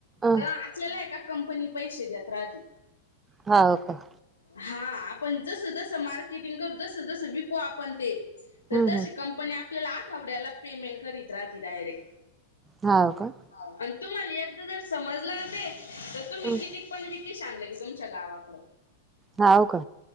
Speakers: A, on the right; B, on the left.
A: अ
B: तर आपल्याला हाय का कंपनी पैसे देत राहती
A: हाव का
B: हा आपण जस जस मार्केटिंग करू, जसं जसं विकू आपण ते तर
A: हम्म
B: तशी
A: हम्म
B: कंपनी आपल्याला आठवड्याला पेमेंट करीत राहती डायरेक्ट
A: हाव का
B: आणि तुम्हाला एकदा जर समजला ना ते तर
A: हम्म
B: तुम्ही कीतिक पण विकी शान लगे तुमच्या गावाकड.
A: हाव का